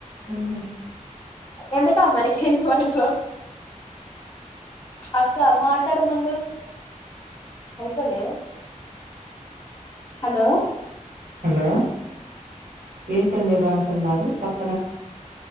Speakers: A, on the right (about 85°); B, on the left (about 25°).
A: ఉహు
B: ఎందుకమ్మా నికి ఇన్ని మంటలు అక్క మాట్లాడు ముందు అయిపోలే హలో
A: హలో ఏంటండి ఏదో అంటున్నారు పక్